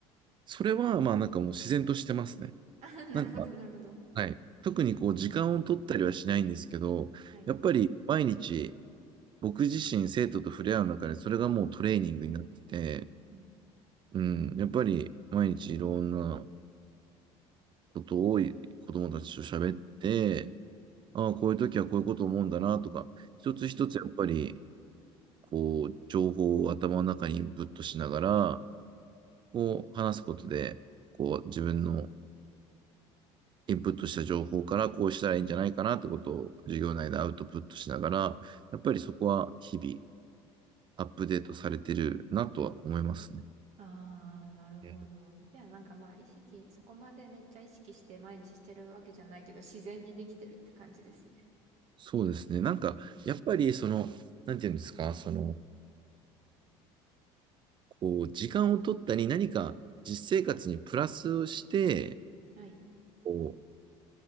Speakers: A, on the right; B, on the right.
A: それは、まあなんかもう自然としてますね。
B: あ <laughs> なるほど、
A: なんか、
B: なるほど。
A: はい。特にこう、時間を取ったりはしないんですけど、
B: はい。
A: やっぱり毎日、僕自身生徒と触れ合う中で、それがもうトレーニングになってて、
B: うん
A: うん、やっぱり毎日いろんなことをい子供たちと喋って、ああ、こういう時はこういうこと思うんだなとか、一つ一つやっぱり、
B: うん
A: こう、情報を頭の中にインプットしながら、こう、話すことで、こう、自分のインプットした情報からこうしたらいいんじゃないかなってことを授業内でアウトプットしながら、やっぱりそこは日々アップデートされてるなとは思いますね。
B: ああ、なるほど。
A: うん
B: じゃあなんかまあ意識、そこまでめっちゃ意識して毎日してるわけじゃないけど、自然にできてるって感じですね。
A: そうですね。なんか、やっぱり、その、なんていうんですか、その、こう、時間を取ったり、何か実生活にプラスをして、
B: はい。
A: こう、